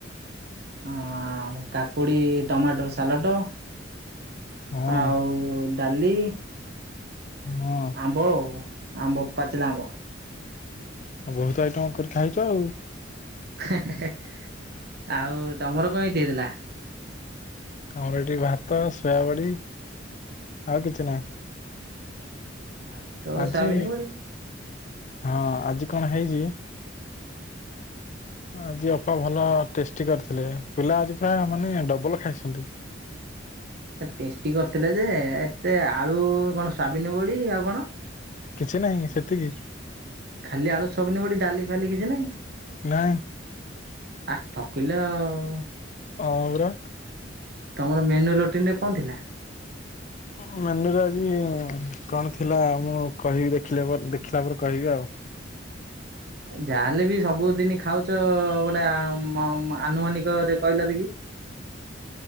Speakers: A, on the right; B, on the left.
A: ଅଁ କାକୁଡି ଟମାଟୋ ର ସାଲଟ
B: ହଁ
A: ଆଉ ଡାଲି
B: ହଁ
A: ଆମ୍ବ ଉ ଆମ୍ବ ପାଚିଲ ଆମ୍ବ
B: ବହୁତ ଆଇଟମ କରି ଖାଇଛ ଆଉ
A: ହେଁ ହେଁ ହେଁ ଆଉ ତମର କଣ ଏଇଠି ହେଇଥିଲା
B: ଆମର ଏଠି ଭାତ ଶୋୟାବଡି ଆଉ କିଛି ନାହିଁ।
A: ଭାତ
B: ଆଜି
A: ସୋୟାବିନ ବଡି।
B: ହଁ ଆଜି କଣ ହେଇଛି ଆଜି ଅପା ଭଲ ଟେଷ୍ଟ୍ ଟି କରିଥିଲେ ପିଲା ଆଜି ପ୍ରାୟ ମାନେ ଡବଲ ଖାଇଛନ୍ତି।
A: ଟେଷ୍ଟି କରିଥିଲେ ଯେ ଏତେ ଆଳୁ କଣ ସ୍ୱାବିନ ବଡି ଆଉ କଣ?
B: କିଛି ନାହିଁ ସେତିକି
A: ଖାଲି ଆଳୁ ସବିନ ବଡ଼ି ଫାଲି କିଛି ନହିଁ?
B: ନାଇଁ
A: ଆ ଠକିଲ ଆଉ
B: ଆର
A: ତମର ମେନୁ ରୋଟିନ ରେ କଣ ଥିଲା?
B: ଅଁହଁ ମେନୁ ଆଜି କଣ ଥିଲା ମୁଁ କହିବି ଦେଖିଲ ପର୍ ଦେଖିଲା ପରେ କହିବି ଆଉ। <inaudible>
A: ଯାହାେଲେ ବି ସବୁଦିନି ଖାଉଛ ଗୋଟେ ଅମ୍ ଆନୁମାନିକରେ କହିଲ ଦେ କି